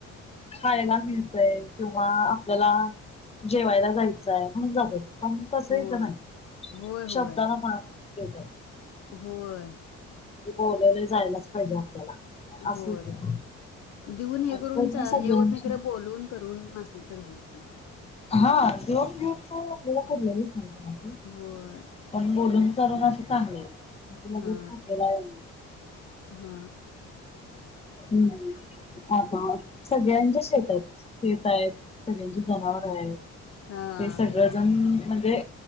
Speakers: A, on the left; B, on the left.
A: खायला मिळतय. किंवा आपल्याला जेवायला जायचं. म्हणूनच जातोय. प तसही
B: होय
A: तर नाही
B: होय होय
A: शब्दाला मार ह
B: होय.
A: बोलवले जायलाच फहिजे आपल्याला
B: होय
A: असं इथं
B: देऊन हे
A: आणि
B: करून
A: पूर्ण
B: चा
A: सगळ्यांची
B: हे होत नाही खर बोलून करून नसल तर घेऊ. ते
A: हा जो आपल्याला पड
B: होय
A: पण बोलून करून असे चांगले. म्हणजे लगेच
B: हा
A: हाकेला येणं
B: हा
A: हम्म अ सगळ्यांच्या <unintelligible> येत आहेत. पी जनावर आहे
B: हा
A: ते सगळंजण म्हणजे